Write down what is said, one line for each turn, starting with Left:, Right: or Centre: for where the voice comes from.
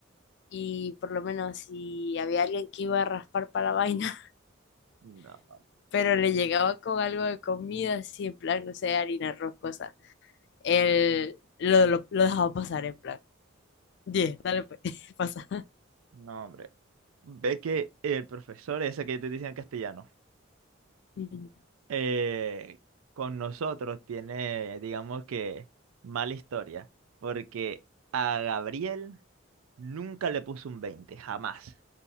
Left: y por lo menos si había alguien que iba a raspar para la vaina, <laughs>
Right: no,
Left: pero le llegaba con algo de comida, así en plan, no sé, harina, arroz, cosas, él lo, lo, lo dejaba pasar en plan. diez dale pues, <laughs> pasa.
Right: no, hombre. Ve que el profesor ese que yo te decía en castellano,
Left: Ujú.
Right: eh, con nosotros tiene, digamos que, mala historia. Porque a Gabriel nunca le puso un 20 jamás.